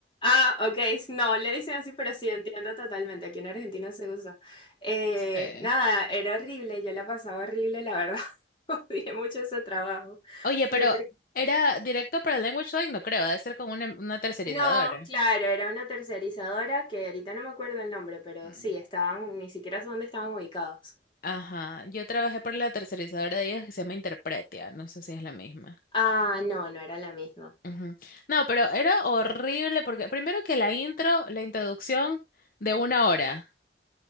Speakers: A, on the left (about 25°); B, on the left (about 50°).
A: Ah, ok, no, le dicen así, pero sí, entiendo totalmente. Aquí en Argentina se usa. Eh,
B: Sí.
A: nada, era horrible, yo la pasaba horrible, la verdad. <laughs> Odié mucho ese trabajo.
B: Oye,
A: Pero,
B: pero
A: por-
B: ¿era directo para Language line, No creo, debe ser con una, una tercerizadora.
A: no, claro, era una tercerizadora que ahorita no me acuerdo el nombre, pero
B: Mm.
A: sí, estaban, ni siquiera sé dónde estaban ubicados.
B: Ajá, yo trabajé por la tercerizadora de ellos que se llama Interpretia, no sé si es la misma.
A: Ah, no, no era la misma.
B: Ujú. No, pero era horrible porque primero que la intro, la introducción de una hora.